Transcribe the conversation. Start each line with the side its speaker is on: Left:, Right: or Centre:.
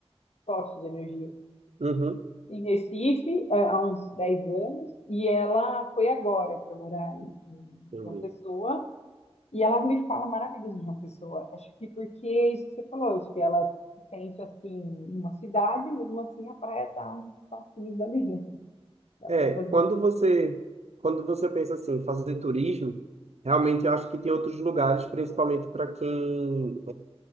Left: postes de energia,
Right: Uhum.
Left: em Recife é, há uns 10 anos, e ela foi agora para morar em, em
Right: Entendi.
Left: João Pessoa, E ela me fala maravilhas de João Pessoa. Acho que porque é isso que você falou, acho que ela se sente assim numa cidade, mesmo assim a praia tá uns passinhos ali, né? <laughs> Dá
Right: É,
Left: para fazer
Right: quando
Left: as duas
Right: você
Left: coisas.
Right: quando você pensa assim, fazer turismo, realmente eu acho que tem outros lugares, principalmente para quem